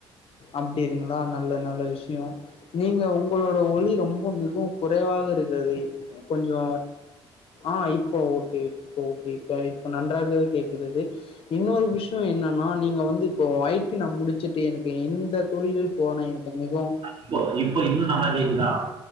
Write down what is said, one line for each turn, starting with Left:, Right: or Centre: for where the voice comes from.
Left: அப்டி இருங்களா நல்ல நல்ல விஷயோ நீங்க உங் உங்களோட ஒளி ரொம்ப மிகவும் குறைவாக இருக்கறதே கொஞ்சோ ஆ இப்ப ஓகே இப்ப ஓகே கை இப்ப நன்றாகவே கேக்குறது இன்னொரு விஷயோ என்ன னா நீங்க வந்து இப்போ ஐ டி நா முடிச்சுட்டு எனக்கு எந்த தொழிலில் போனா எனக்கு மிகவும்
Right: இப்போ இப்ப இன்னு நல்ல கேக்குதா